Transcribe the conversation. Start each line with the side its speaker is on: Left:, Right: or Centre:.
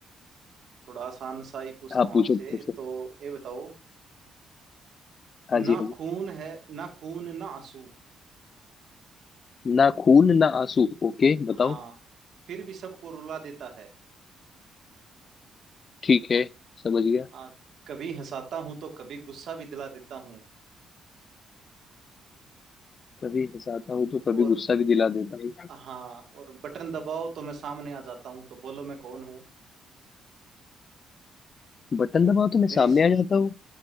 Right: थोड़ा आसान सा ही पूछता
Left: हाँ
Right: हूँ
Left: पूछो
Right: आपसे
Left: पूछो
Right: तो ये बताओ
Left: हाँ जी
Right: ना
Left: हाँ जी
Right: खून है ना खून ना आंसू
Left: ना खून ना आंसू ओके बताओ
Right: हाँ फिर भी सबको रुला देता है
Left: ठीक है समझ गया
Right: हाँ कभी हंसाता हूँ तो कभी गुस्सा भी दिला देता हूँ
Left: कभी हंसाता हूँ तो कभी
Right: और
Left: गुस्सा भी दिला देता हूँ
Right: हाँ और बटन दबाओ तो मैं सामने आ जाता हूँ तो बोलो मैं कौन हूँ
Left: बटन दबाओ तो मैं
Right: मेरी
Left: सामने आ जाता हूँ